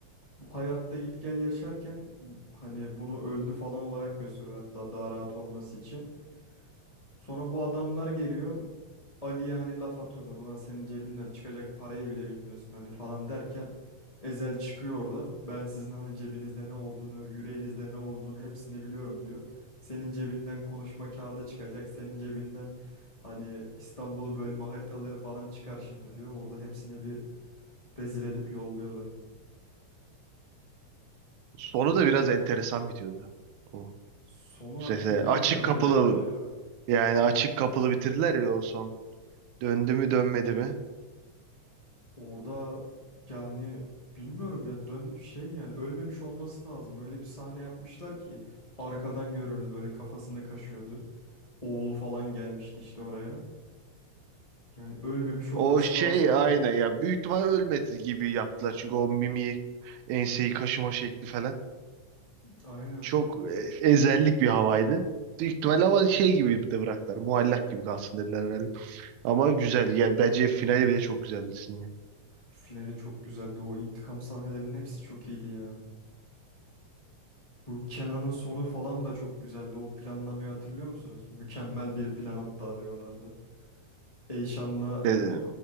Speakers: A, on the left (about 70°); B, on the right (about 80°).
A: Bu hayatta gitgel yaşarken hani bunu öldü falan olarak gösteriyor hatta daha rahat olması için. Sonra bu adamlar geliyor. Ali'ye hani laf atıyorlar. Ulan senin cebinden çıkacak parayı bile bilmiyorsun hani falan derken Ezel çıkıyor orada. Ben sizin hani cebinizde ne olduğunu, yüreğinizde ne olduğunu hepsini biliyorum diyor. Senin cebinden konuşma kağıdı çıkacak. Senin cebinden hani İstanbul'u bölme haritaları falan çıkar şimdi diyor. Orada hepsini bir rezil edip yolluyordu.
B: Sonu da biraz enteresan bitiyordu. O
A: Sonu
B: sese
A: hakkında
B: açık
A: teorileri
B: kapılı
A: var ya.
B: yani açık kapılı bitirdiler ya o son. Döndü mü dönmedi mi?
A: Orada yani bilmiyorum ya dön şey yani ölmemiş olması lazım. Öyle bir sahne yapmışlar ki arkadan görüyoruz böyle kafasını kaşıyordu. Oğlu falan gelmişti işte oraya. Yani ölmemiş olması
B: O şey
A: lazım artık.
B: aynı ya büyük ihtimal ölmedi gibi yaptılar çünkü o mimiği enseyi kaşıma şekli falan.
A: Aynen.
B: Çok e, ezellik bir havaydı. Büyük ihtimalle ama şey gibi de bıraktılar. Muallak gibi kalsın dediler herhalde. Ama güzeldi. Yani bence finali bile çok güzeldi ya.
A: Finali çok güzeldi. O intikam sahnelerinin hepsi çok iyiydi ya. Bu Kenan'ın sonu falan da çok güzeldi. O planlamayı hatırlıyor musunuz? Mükemmel bir plan hatta diyorlardı. Eyşan'la
B: Dedi.